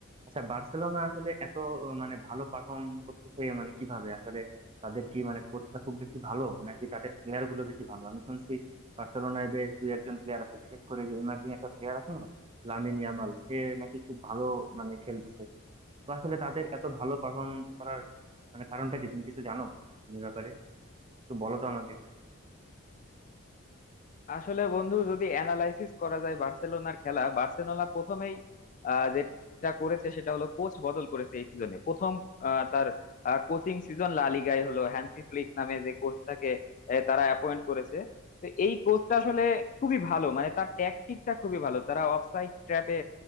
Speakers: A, on the right; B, on the left.
A: আচ্ছা বার্সেলোনা আসলে এত আহ, মানে ভালো পারফর্ম করতেছে মানে কিভাবে আসলে তাদের কি মানে কোচটা খুব বেশি ভালো নাকি তাদের প্লেয়ার গুলো বেশি ভালো আমি শুনছি বার্সেলোনায় বেশ দুই একজন প্লেয়ার আছে বিশেষ করে যে ইমার্জিং একটা প্লেয়ার আছে না লামিন ইয়ামাল সে নাকি খুব ভালো মানে খেলতেছে তো আসলে তাদের এত ভালো পারফর্ম করার মানে কারণটা কি তুমি কিছু জানো এই ব্যাপারে একটু বলো তো আমাকে
B: আসলে বন্ধু যদি অ্যানালাইসিস করা যায় বার্সেলোনার খেলা বার্সেলোনা প্রথমেই আহ, যেটা করেছে সেটা হলো কোচ বদল করেছে এই সিজনে প্রথম আহ, তার কোচিং সিজন লা লিগায় হলো হ্যান্সি ফ্লিক নামে যে কোচটাকে তারা অ্যাপয়েন্ট করেছে তো এই কোচটা আসলে খুবই ভালো মানে তার ট্যাকটিকটা খুবই ভালো তারা অফসাইড ট্র্যাপে